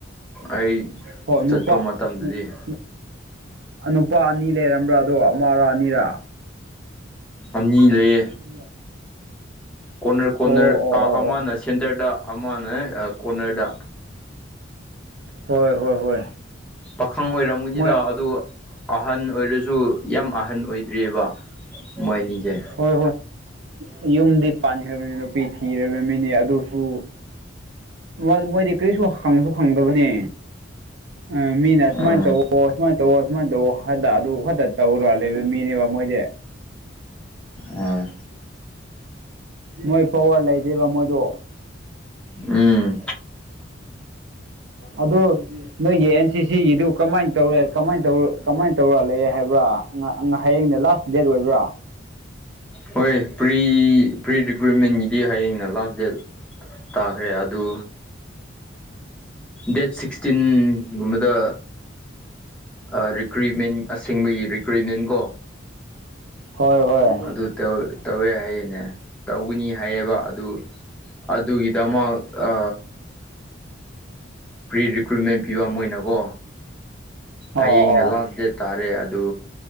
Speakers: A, in the centre; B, on the right.
A: ꯑꯩ
B: ꯍꯣ
A: ꯆꯠꯄ
B: ꯅꯨꯄꯥ
A: ꯃꯇꯝꯗꯗꯤ
B: ꯅꯨ ꯅꯨ ꯍꯥ ꯅꯨꯄꯥ ꯑꯅꯤ ꯂꯩꯔꯝꯕ꯭ꯔꯥ ꯑꯗꯣ ꯑꯃꯔꯥ ꯑꯅꯤꯔꯥ
A: ꯑꯅꯤ ꯂꯩꯌꯦ
B: <inaudible>
A: ꯀꯣꯅꯔ ꯀꯣꯅꯔ
B: ꯑꯣ ꯑꯣ
A: ꯑꯥ
B: ꯑꯣ
A: ꯑꯃꯅ
B: ꯑꯣ
A: ꯁꯦꯟꯇꯔꯗ ꯑꯃꯅ ꯌꯦ ꯀꯣꯅꯔꯗ
B: ꯍꯣꯏ ꯍꯣꯏ ꯍꯣꯏ
A: ꯄꯥꯈꯪ ꯑꯣꯏꯔꯝꯒꯅꯤꯗ
B: ꯃꯣꯏ
A: ꯑꯗꯨ ꯑꯍꯟ ꯑꯣꯏꯔꯁꯨ ꯌꯥꯝ ꯑꯍꯟ ꯑꯍꯟ ꯑꯣꯏꯗ꯭ꯔꯤꯌꯦꯕ ꯃꯣꯏꯅꯤꯖꯦ
B: ꯍꯣꯏ ꯍꯣꯏ ꯌꯨꯝꯗꯤ ꯄꯥꯟꯈ꯭ꯔꯕꯅꯤ ꯅꯨꯄꯤ ꯊꯤꯔꯕ ꯃꯤꯅꯦ ꯑꯗꯨꯁꯨ ꯃꯥ ꯃꯣꯏꯗꯤ ꯀ꯭ꯔꯤꯁꯨ ꯍꯪꯁꯨ ꯈꯪꯗꯕꯅꯤ ꯑ ꯃꯤꯅ
A: ꯎꯝ
B: ꯁꯨꯃꯥꯏꯟ ꯇꯧꯑꯣ ꯁꯨꯃꯥꯏꯟ ꯇꯧꯋꯣ ꯑꯗꯨꯃꯥꯏꯟ ꯇꯧꯋꯣ ꯍꯥꯗ ꯑꯗꯨ ꯈꯛꯇ ꯇꯧꯔ ꯂꯩꯕ ꯃꯤꯅꯦꯕ ꯃꯣꯏꯗꯤ
A: ꯑꯥ
B: ꯃꯣꯏ ꯄꯋꯥꯔ ꯂꯩꯗꯦꯕ ꯃꯣꯏꯗꯣ
A: ꯎꯝ
B: ꯑꯗꯣ ꯅꯣꯏꯒꯤ ꯑꯦꯟ ꯁꯤ ꯁꯤ ꯒꯤꯗꯨ ꯀꯃꯥꯏꯟ ꯇꯧꯔꯦ ꯀꯃꯥꯏꯟ ꯇꯧꯔ ꯀꯃꯥꯏꯟ ꯇꯧꯔ ꯂꯩꯔꯦ ꯍꯥꯏꯕ꯭ꯔꯥ ꯑꯉꯥꯥ ꯑꯉꯥ ꯍꯌꯦꯡꯅ ꯂꯥꯁ ꯗꯦꯠ ꯑꯣꯏꯕ꯭ꯔꯥ
A: ꯍꯣꯏ ꯄ꯭ꯔꯤ ꯄꯤ ꯄ꯭ꯔꯤ ꯔꯤꯀ꯭ꯔꯨꯠꯃꯦꯟꯒꯤꯗꯤ ꯍꯌꯦꯡꯅ ꯂꯥꯁ ꯗꯦꯠ ꯇꯥꯈ꯭ꯔꯦ ꯑꯗꯨ ꯗꯦꯠ ꯁꯤꯛꯁꯇꯤꯟ ꯒꯨꯝꯕꯗ ꯑ ꯔꯤꯀ꯭ꯔꯨꯏꯠꯃꯦꯟ ꯑꯁꯦꯡꯕꯒꯤ ꯔꯤꯀ꯭ꯔꯨꯏꯠꯃꯦꯟ ꯀꯣ
B: ꯍꯣꯏ ꯍꯣꯏ
A: ꯑꯗꯨ ꯇꯧ ꯇꯧꯋꯦ ꯍꯥꯏꯌꯦꯅꯦ ꯇꯧꯒꯅꯤ ꯍꯥꯏꯌꯦꯕ ꯑꯗꯨ ꯑꯗꯨꯒꯤꯗꯃꯛ ꯑ ꯄ꯭ꯔꯤ ꯔꯤꯀ꯭ꯔꯨꯏꯠꯃꯦꯟ ꯄꯤꯕ ꯃꯣꯢꯅ ꯀꯣ
B: ꯑꯣ
A: ꯍꯌꯦꯡꯅ
B: ꯑꯣ
A: ꯂꯥꯁ ꯗꯦꯠ ꯇꯥꯔꯦ ꯑꯗꯨ